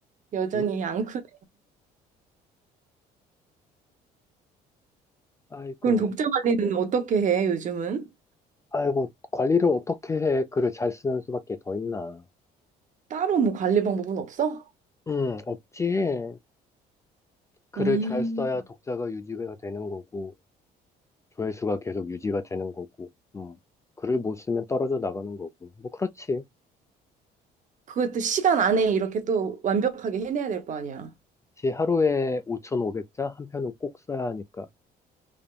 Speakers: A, on the right; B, on the left.
A: 여전히
B: 응?
A: 안 크네.
B: 아이고,
A: 그럼 독자 관리는 어떻게 해, 요즘은?
B: 아이고, 관리를 어떻게 해? 글을 잘 쓰는 수밖에 더 있나?
A: 따로 뭐 관리 방법은 없어?
B: 음, 없지. 글을
A: 음,
B: 잘 써야 독자가 유지가 되는 거고, 조회수가 계속 유지가 되는 거고, 음, 글을 못 쓰면 떨어져 나가는 거고. 뭐, 그렇지.
A: 그것도 시간 안에 이렇게 또 완벽하게 해내야 될 거 아니야.
B: 지 하루에 5,500자 한 편은 꼭 써야 하니까